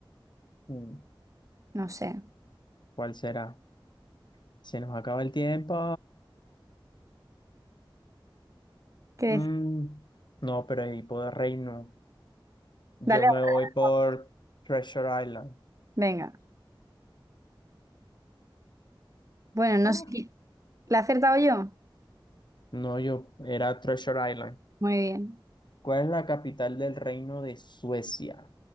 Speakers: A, on the left; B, on the right.
A: Mm,
B: No sé.
A: ¿Cuál será? Se nos acaba el tiempo.
B: ¿Qué decir?
A: Mm, no, pero ahí puedo reino. Yo
B: Dale
A: me
B: otra.
A: voy por Treasure Island.
B: Venga. Bueno, no
A: Ah.
B: sé. qui- ¿La he acertado yo?
A: No, yo era Treasure Island.
B: Muy bien.
A: ¿Cuál es la capital del reino de Suecia?